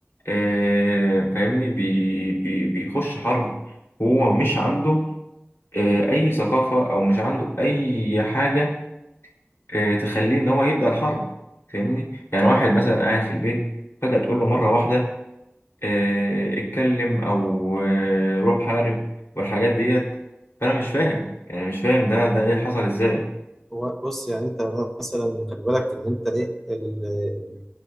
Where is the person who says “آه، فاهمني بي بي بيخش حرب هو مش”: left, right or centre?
Left